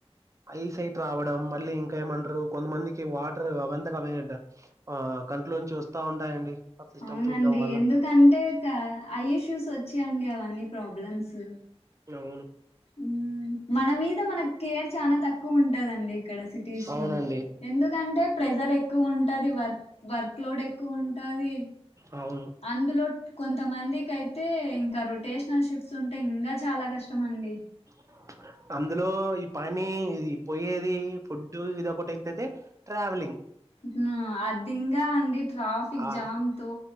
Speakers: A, on the right; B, on the left.
A: ప్చ్ ఐ సైట్ రావడం, మళ్ళీ ఇంకా ఏమంట్రు. కొంతమందికి వాటర్ అవన్ తాటవే అంట ఆ కంట్లోంచి వస్తా ఉంటాయండి. ఆ సిస్టమ్
B: అవునండి
A: చూడ్డం వల్ల
B: ఎందుకంటే క ఐ ఇష్యూస్ వచ్చాయండి అవన్నీ ప్రాబ్లమ్సు.
A: ఉమ్ అవ్
B: ఉమ్ మన మీద మనకేర్ చానా తక్కువ ఉంటదండి. ఇక్కడ సిటీస్
A: అవునండి
B: లో ఎందుకంటే ప్రెజర్ ఎక్కువ ఉంటది. వర్క్ వర్క్లోడ్ ఎక్కువ ఉంటది.
A: అవును
B: అందులో ట్ కొంతమందికి అయితే. ఇంకా రొటేషనల్ షిఫ్ట్స్ ఉంటే ఇంగా చాలా కష్టమండి.
A: <inaudible> అందులో ఈ పని ఇది పోయేది, ఫుడ్డు, ఇది ఒకటియితేయితే ట్రావెలింగ్.
B: అత్నా అది ఇంగా అండి ట్రాఫిక్
A: ఆ
B: జామ్ తో